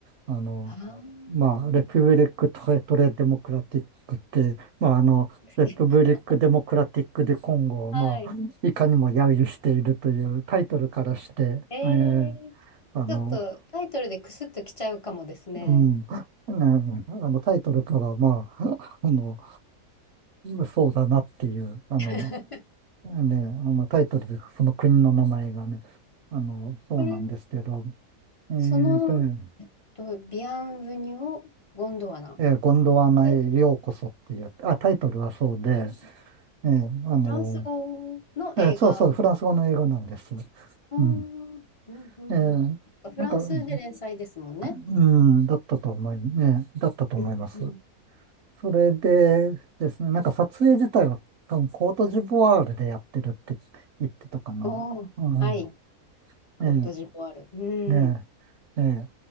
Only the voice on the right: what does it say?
あの、
まあ、レプブリック・トレトレ・デモクラティックって、まあ、あの、
レプブリック・デモクラティック・で今後を、
まあ、いかにも揶揄しているというタイトルからして、
えー
あの、
うん、ねあのタイトルから、まあ、あの、そうだなっていう、あの、
ね、あの、タイトルでその国の名前がね、あの、そうなんですけど、
えーとね、
えーゴンドワナへようこそっていう、
あ、タイトルはそうで、
えーあの、
えーそうそう、
フランス語の英語なんです。
うん。えーなんか、
うん、だったと思い、ね、だったと思います。
それでですね、なんか撮影自体は多分コートジボワールでやってるって言ってたかな。
うん。
ええ
ねえ、ええ。